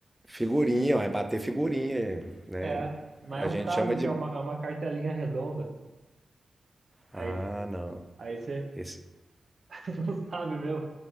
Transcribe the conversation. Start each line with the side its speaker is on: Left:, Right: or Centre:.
Centre: figurinha, uai, bater figurinha, né?
Right: É, mas
Centre: A
Right: é um
Centre: gente
Right: tazo
Centre: chama de...
Right: que é uma, é uma cartelinha redonda.
Centre: Ah,
Right: Aí,
Centre: não.
Right: aí você
Centre: Esse,
Right: <laughs> Não sabe mesmo?